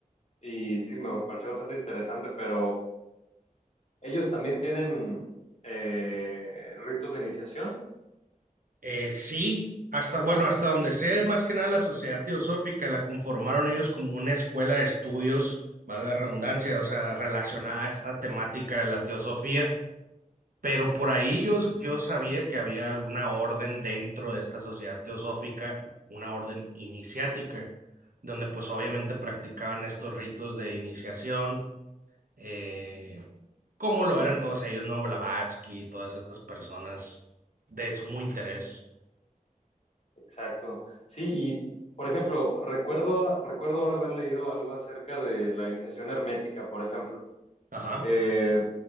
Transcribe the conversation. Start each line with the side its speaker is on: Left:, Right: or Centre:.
Left: y sí, me pareció bastante interesante, pero ellos también tienen eh, ritos de iniciación
Right: Eh, sí, hasta, bueno, hasta donde sé, más que nada la sociedad teosófica la conformaron ellos como una escuela de estudios, vale la redundancia, o sea, relacionada a esta temática de la teosofía. Pero por ahí yo, yo sabía que había alguna orden dentro de esta sociedad teosófica, una orden iniciática, donde pues obviamente practicaban estos ritos de iniciación, eh, como lo eran todos ellos, ¿no? Blavatsky, todas estas personas de sumo interés.
Left: Exacto. Sí, y por ejemplo, recuerdo, recuerdo ahora haber leído algo acerca de la iniciación hermética, por ejemplo,
Right: Ajá.
Left: eh,